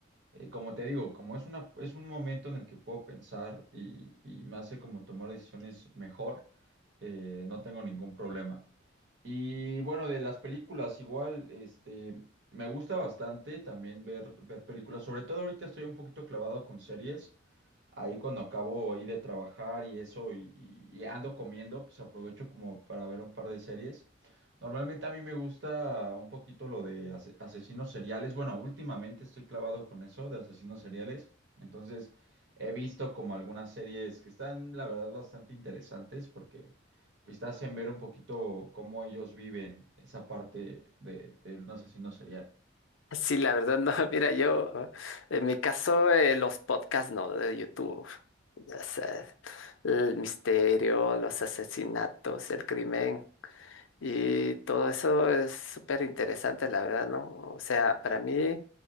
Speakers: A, on the right (about 65°); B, on the left (about 80°).
A: eh, como te digo, como es una, es un momento en el que puedo pensar y, y me hace como tomar decisiones mejor, eh, no tengo ningún problema. Y bueno, de las películas igual, este, me gusta bastante también ver, ver películas. Sobre todo ahorita estoy un poquito clavado con series. Ahí cuando acabo ahí de trabajar y eso y, y- y ando comiendo, pues aprovecho como para ver un par de series. Normalmente a mí me gusta un poquito lo de ase- asesinos seriales. Bueno, últimamente estoy clavado con eso de asesinos seriales. Entonces he visto como algunas series que están, la verdad, bastante interesantes porque pues, te hacen ver un poquito cómo ellos viven esa parte de, de un asesino serial.
B: Sí, la verdad, no. <laughs> Mira, yo, eh, en mi caso, eh, los podcasts, no, de YouTube. O sea, el misterio, los asesinatos, el crimen y todo eso es súper interesante, la verdad, ¿no? O sea, para mí,